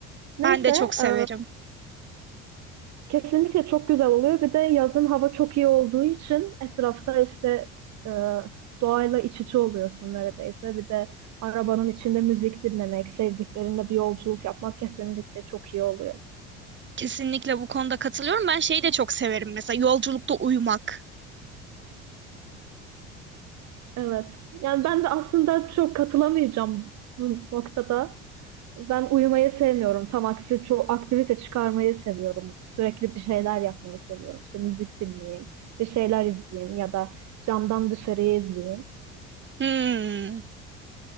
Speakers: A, on the right (about 60°); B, on the right (about 35°).
A: Neyse,
B: Ben de çok severim.
A: e, kesinlikle çok güzel oluyor. Bir de yazın hava çok iyi olduğu için etrafta işte e, doğayla iç içe oluyorsun neredeyse. Bir de arabanın içinde müzik dinlemek, sevdiklerinle bir yolculuk yapmak kesinlikle çok iyi oluyor.
B: Kesinlikle bu konuda katılıyorum. Ben şeyi de çok severim mesela yolculukta uyumak.
A: Evet. Yani ben de aslında çok katılamayacağım bu noktada. Ben uyumayı sevmiyorum. Tam aksi çok aktivite çıkarmayı seviyorum. Sürekli bir şeyler yapmayı seviyorum. İşte müzik dinleyeyim, bir şeyler izleyeyim ya da camdan dışarıyı izleyeyim.
B: Hmm.